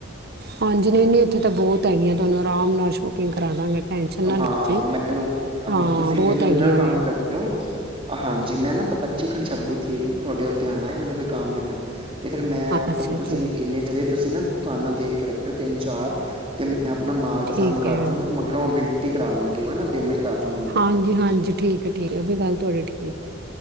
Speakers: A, on the right; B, on the right.
A: ਹਾਂਜੀ ਨਹੀਂ ਨਹੀਂ ਇੱਥੇ ਤਾਂ ਬਹੁਤ ਹੈਗੀਆਂ ਤੁਹਾਨੂੰ ਆਰਾਮ ਨਾਲ ਸ਼ੋਪਿੰਗ ਕਰਾਾਂ ਮ ਟੈਸ਼ਨ ਨਾ ਲਓ
B: ਹਾਂ
A: ਤੁਹੀ
B: ਮੈਨੂੰ
A: ਹਾਂ
B: ਤੁਸੀਂ
A: ਬਹੁਤ
B: ਮੈਨੂੰ
A: ਹੈਗੀ
B: ਇੰਨਾ
A: ਆ ਵੈ
B: ਕੰਮ ਕਰਿਓ ਹਾਂਜੀ ਮੈਂ ਨਾ ਪੱਚੀ ਖ ਛੱਬੀ ਤਰੀਕ ਨੂੰ ਤੁਹਾਡੇ ਉੱਤੇ ਆਉਣਾ ਹੈ ਮੈਨੂੰ ਕੋਈ ਕੰਮ ਹੀ ਆ ਅਤੇ ਫਿਰ ਮੈਂ ਆਪਾਂ
A: ਅੱਛਾ ਅੱਛਾ
B: ਤੁਸੀਂ ਇੰਨੇ ਚਲੇ ਤੁਸੀਂ ਨਾ ਦੁਕਾਨਾਂ ਦੇ ਰੱਖ ਤਿੰਨ ਚਾਰ ਤੇਿੰ ਮੈਂ ਆਪਣਾ ਮਾਲ ਪਸੰਦ
A: ਠੀਕ
B: ਕਰ
A: ਹੈ
B: ਜੂੰਗਾ ਮਗਰੋਂ ਉਹ ਬਿਲ ਕਰਾ ਦੇਣਗੇ ਹਨਾ ਪੇਮੈਂਟ ਕਰ ਜੂੰਗਾ ਮੈਂ
A: ਹਾਂਜੀ ਹਾਂਜੀ ਠੀਕ ਹੈ ਠੀਕ ਉਹ ਵੀ ਗੱਲ ਤੁਹਾਡੀੇ ਠੀਕ ਹੈ